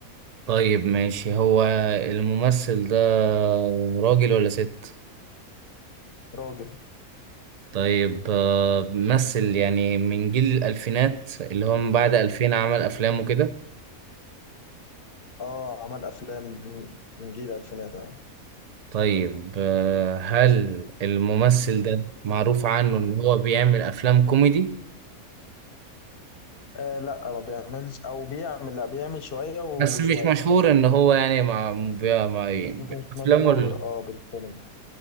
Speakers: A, on the right (about 55°); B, on the left (about 45°).
A: طيب ماشي هو الممثل ده راجل ولا ست
B: راجل
A: طيب آه، ممثل يعني من جيل الألفينات اللي هو من بعد 2000 عمل أفلام وكده
B: اه عمل افلام من من جيل الالفينات اهو
A: طيب آه، هل الممثل ده معروف عنه ان هو بيعمل افلام كوميدي
B: آه لا ما بيعملش او بيعمل لا بيعمل شويه وشويه
A: بس مش مشهور ان هو يعني مع بي- مع
B: مش
A: افلامه
B: مشهور
A: ال-
B: اه بالسينما